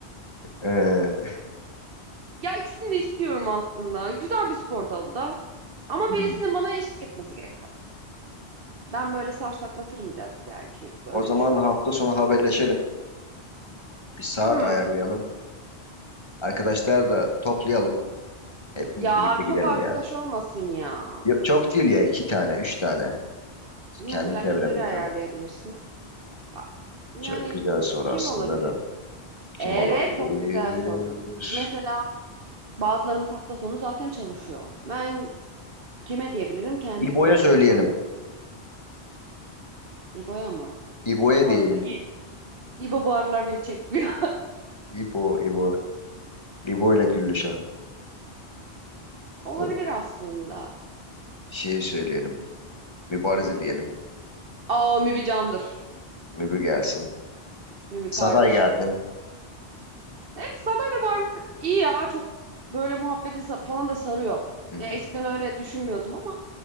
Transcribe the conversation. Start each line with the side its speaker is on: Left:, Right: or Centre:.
Left: Ee,
Right: Ya ikisini de istiyorum aslında. Güzel bir spor dalı da. Ama
Left: hmm.
Right: birisinin bana eşlik etmesi gerekiyor. Ben böyle sarsaklatırım biraz belki. Böyle
Left: o zaman
Right: düşünüyorum.
Left: hafta sonu haberleşelim. Bir saat
Right: Hı.
Left: ayarlayalım. Arkadaşlar da toplayalım. Hepimiz
Right: Ya
Left: birlikte gidelim
Right: çok arkadaş
Left: ya.
Right: olmasın ya.
Left: Ya- Çok değil ya iki tane, üç tane.
Right: Mesela
Left: Kendi çevremizden.
Right: kimleri ayarlayabilirsin? Ba- Yani
Left: Çok güzel soru
Right: kim
Left: aslında
Right: olabilir?
Left: da. Kim
Right: Evet,
Left: olabilir?
Right: çok güzel soru. Mesela bazılarımız hafta sonu zaten çalışıyor. Ben kime diyebilirim? Kendi
Left: İbo'ya
Right: grubumuzdan
Left: söyleyelim.
Right: İbo'ya mı?
Left: İbo'ya
Right: Bu
Left: diyelim.
Right: aralar İ- İbo bu aralar beni çekmiyor.
Left: İbo, İbo. İbo ile Güllüş'e.
Right: <laughs> Olabilir
Left: Yok,
Right: aslında.
Left: Şey söyleyelim. Mübarize diyelim.
Right: Aa Mibi candır.
Left: Mübü gelsin.
Right: Mibi kardeştir.
Left: Saday gelsin.
Right: Evet Saday da bu aralar iyi ya. Çok böyle muhabbeti sa- falan da sarıyor.
Left: Hmm.
Right: Ya eskiden öyle düşünmüyordum ama